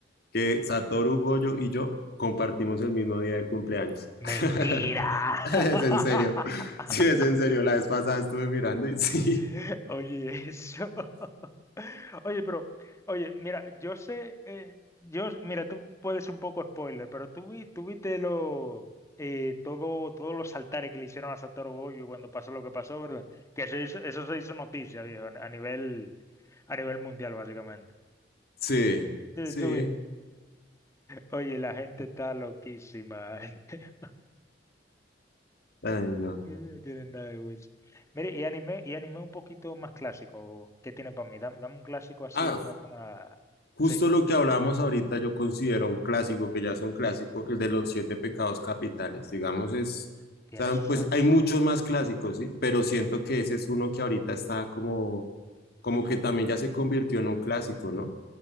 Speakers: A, on the left; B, on the left.
A: que Satoru Gojo y yo compartimos el mismo día de cumpleaños.
B: Mentira.
A: <laughs> Es
B: <laughs>
A: en serio, sí, es en serio. La vez pasada estuve mirando y <laughs> sí,
B: <laughs> Oye, eso. <laughs> Oye, pero, oye, mira, yo sé, eh, yo, mira, tú puedes un poco spoiler, pero tú, vi- tú viste lo, eh, todo, todos los altares que le hicieron a Satoru Gojo cuando pasó lo que pasó, ¿verdad? Que eso, hizo- eso se hizo noticia, viejo, a nivel, a nivel mundial, básicamente.
A: sí,
B: Sí,
A: sí.
B: tú viste. Oye, la gente está loquísima. <laughs>
A: Ay, no.
B: No tienen nada de Wish. Mire, y anime, y anime un poquito más clásico. ¿Qué tiene para mí? Dame, dame un clásico así
A: Ah,
B: que como la...
A: Justo
B: Sí,
A: lo que hablábamos ahorita, yo considero un clásico, que ya es un clásico, el de los siete pecados capitales. Digamos, es, o
B: tiene
A: sea,
B: sus
A: pues
B: años,
A: hay muchos
B: sí.
A: más clásicos, ¿sí? Pero siento
B: Ujú.
A: que ese es uno que ahorita está como, como que también ya se convirtió en un clásico, ¿no?